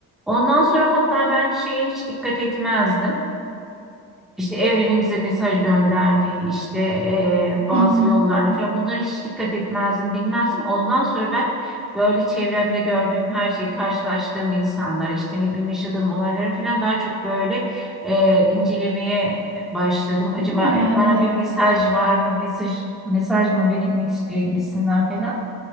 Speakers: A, in the centre; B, on the right (about 50°).
A: Ondan sonra hatta ben şeye hiç dikkat etmezdim işte evrenin bize mesaj gönderdiğini işte eee, bazı
B: Hı hı.
A: yollarla falan bunlara hiç dikkat etmezdim bilmezdim. Ondan sonra ben böyle çevremde gördüğüm her şeyi karşılaştığım insanları işte ne bileyim yaşadığım olayları falan daha çok böyle eee, incelemeye başladım. Acaba
B: Değil mi?
A: e,
B: Evet.
A: bana bir mesaj var mı mesaj mesaj mı verilmek istiyor gibisinden falan.